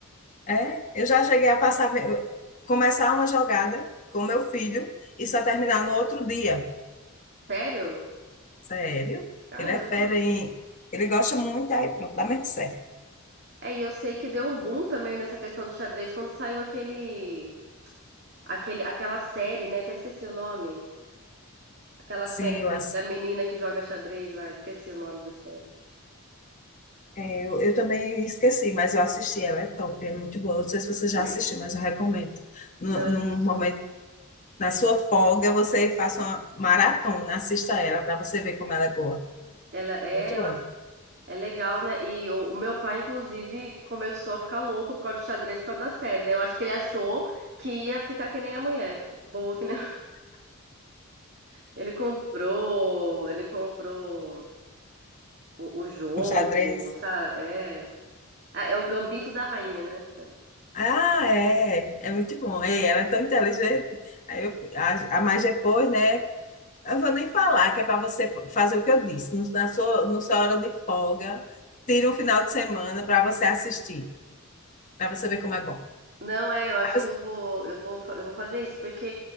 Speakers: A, on the left (about 35°); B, on the right (about 50°).
A: É, eu já cheguei a passar, começar uma jogada com meu filho e só terminar no outro dia.
B: Sério?
A: Sério?
B: Caramba.
A: Ele é fera em, ele gosta muito, aí pronto, dá mesmo certo.
B: É, e eu sei que deu um boom também nessa questão do xadrez quando saiu aquele, aquele, aquela série, né? Até esqueci o nome. Aquela
A: Sim,
B: série
A: eu, ass-
B: da menina que joga xadrez lá, esqueci o nome da série.
A: é, eu, eu também esqueci, mas eu assisti, ela é top, é muito boa. Não sei se você já
B: Legal.
A: assistiu, mas eu recomendo. No,
B: Não assisti.
A: num momento, na sua folga, você faça uma maratona, assista ela para você ver como ela é boa.
B: Ela é,
A: Muito boa.
B: eu ass- é legal, né? E o, o meu pai, inclusive, começou a ficar louco por causa de xadrez por causa da série, né? Eu acho que ele achou que ia ficar que nem a mulher. Boa que nem. <laughs> Ele comprou, ele comprou o, o jogo,
A: Um xadrez.
B: sabe? É. Ah, é o Gambito da Rainha, né? Chama.
A: Ah, é, é muito bom. Ei, ela é tão inteligente. Aí eu, a, a mais depois, né? Eu vou nem falar, que é para você fazer o que eu disse. No, na sua, no sua hora de folga, tira um final de semana para você assistir, para você ver como é bom.
B: Não, é, eu acho
A: Aí
B: que
A: você
B: eu vou, eu vou, fa- eu vou fazer isso, porque